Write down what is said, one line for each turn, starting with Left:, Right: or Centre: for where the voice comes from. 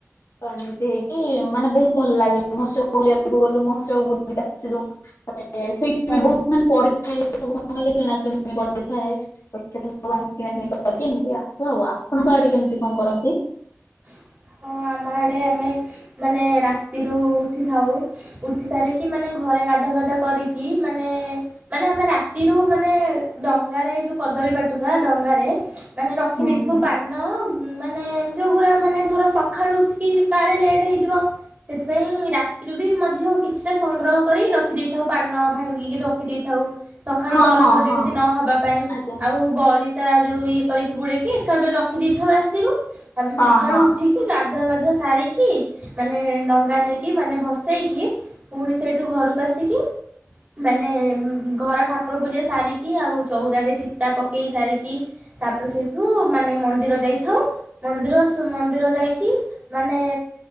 Left: ତ ଏମିତି ହେଇ ମାନେ ବହୁତ ଭଲ ଲାଗେ ମହୋତ୍ସବ ବୁଲିବାକୁ ଗଲୁ ମହୋତ୍ସବ ବୁଲିକି ଆସି ସେ ଜଉ ତା ପରେ ସେଇଠି
Right: ହଁ।
Left: ବି ବହୁତ ମାନେ ପଡିଥାଏ ସବୁ କିଣା କିଣି କ ଥାଏ ତ ସୋ କିଣାକିଣି କରିକି ଏମିତି ଆସୁ ଆଉ ଆପଣଙ୍କ ଆଡେ କେମିତି କଣ କରନ୍ତି?
Right: <unintelligible> ହଁ ଆମ ଆଡେ ଆମେ ମାନେ ରାତିରୁ ଉଠିଥାଉ ଉଠି ସାରିକି ମାନେ ଘ ରେ ଗାଧାପାଧା କରିକି ମାନେ ମାନେ ଆମେ ରାତିରୁ ମାନେ ଡଙ୍ଗାରେ ଏଇଯୁ କଦଳୀ ବାଟୁକା ଡଙ୍ଗାରେ ମାନେ ରଖି
Left: ହୁଁ
Right: ଦେଇଥିବୁ
Left: ହୁଁ
Right: ପାନ ମାନେ ଯୋଉଗୁଡ଼ା ମାନେ ଧର ସକାଳୁ ଉଠିକି କାଳେ ଲେଟ୍ ହେଇଯିବ। ସେଥିପାଇଁ ରାତିରୁ ବି ମଧ୍ୟ କିଛିଟା ସଂଗ୍ରହ କରି ରଖିଦେଇଥାଉ ପାନ ଭାଙ୍ଗିକି ରଖିଦେଇଥାଉ। ସକାଳୁ
Left: ହଁ
Right: ତରବର
Left: ହଁ
Right: ଯେମିତି
Left: ହଁ
Right: ନହବା ପାଇଁ
Left: ଆଜ୍ଞା
Right: ଆଉ ବଳି ତା ଯୋଉ ଇଏ କରିକି ଗୁଳେଇକି ଏକାପରେ ରଖିଦେଇଥାଉ ରାତିରୁ ତାପରେ
Left: ହଁ
Right: ସକାଳୁ
Left: ହଁ
Right: ଉଠିକି ଗା ଧୁଆବାଧୁଆ ସାରିକି ମାନେ ଡଙ୍ଗା ନେଇକି ମାନେ ଭସେଇକି ପୁଣି ସେଇଠୁ ଘରକୁ ଆ ଆସିକି ମାନେ ଘର ଠା ଠାକୁର ପୂଜା ସାରିକି ଆଉ ଚଉରାରେ ଚିତା ପକେଇ ସାରିକି ତାପ ସେଇଠୁ ମାନେ ମନ୍ଦିର ପାଇଥାଉ। ମନ୍ଦିର ମନ୍ଦିର ଯାଇକି ମାନେ